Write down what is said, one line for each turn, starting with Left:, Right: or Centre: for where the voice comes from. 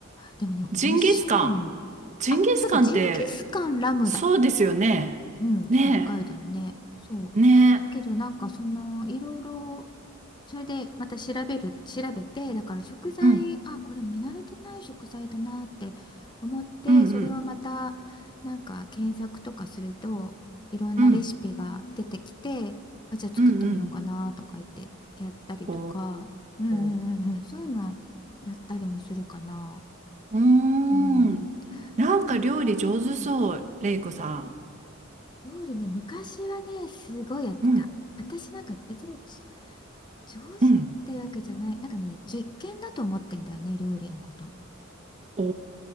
Left: でもね、
Right: ジンギスカン。
Left: 美味しいの。
Right: ジンギスカンって、
Left: あ、そうだ、ジンギスカンラムだ。
Right: そうですよね。
Left: うん、
Right: ね
Left: 北海道のね。そう。
Right: え、ね
Left: だけどなんかその、いろいろ、それでまた調べる、調べて、だから食材、
Right: え。うん、
Left: あ、これ見慣れてない食材だなって思って、
Right: うん、うん、
Left: それをまたなんか検索とかすると、いろんなレシピが出てきて、
Right: うん、
Left: あ、じゃあ作ってみようかなとか言ってやったりとか、
Right: うん、うん。うんお
Left: うんうんうんうん、
Right: ー。
Left: そういうのやったりもするかな。
Right: うーん。
Left: うん。
Right: なんか料理上手そう、
Left: がうん、
Right: レイコさん。
Left: 料理ね、昔はね、すごいやってた。
Right: うん。
Left: 私なんか別にじ上手っ
Right: うん。
Left: てわけじゃない。なんかね、実験だと思ってんだよね、料理のこと。
Right: お